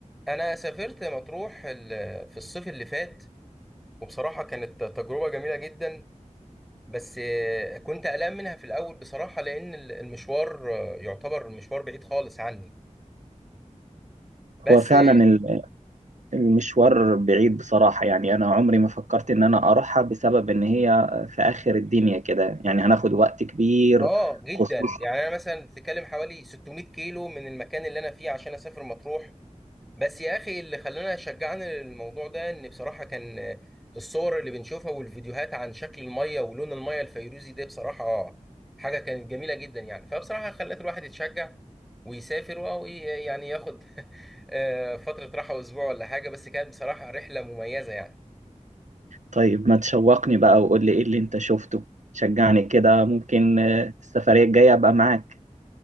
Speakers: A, in the centre; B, on the right.
A: انا سافرت مطروح ال- في الصيف اللي فات وبصراحه كانت تجربه جميله جدا بس آه، كنت قلقان منها في الاول بصراحه لان ال- المشوار آه، يعتبر مشوار بعيد خالص عني بس
B: هو فعلا
A: اه
B: ال- المشوار بعيد بصراحة يعني أنا عمري ما فكرت إن أنا أروحها بسبب إن هي في آخر الدنيا كده يعني هناخد وقت كبير
A: آه، جدا
B: خصوصا
A: يعني انا مثلا تكلم حوالي 600 كيلو من المكان اللي انا فيه عشان اسافر مطروح بس يا اخي اللي خلانا شجعنا للموضوع ده ان بصراحه كان آه، الصور اللي بنشوفها والفيديوهات عن شكل الميه ولون الميه الفيروزي ده بصراحه آه، حاجه كانت جميله جدا يعني فبصراحه خلت الواحد يتشجع ويسافر ويعني ياخد <laughs> آه، فتره راحه اسبوع ولا حاجه بس كانت بصراحه رحله مميزه يعني
B: طيب ما تشوقني بقى وقول لي إيه اللي أنت شفته شجعني كده ممكن آه، السفرية الجاية أبقى معاك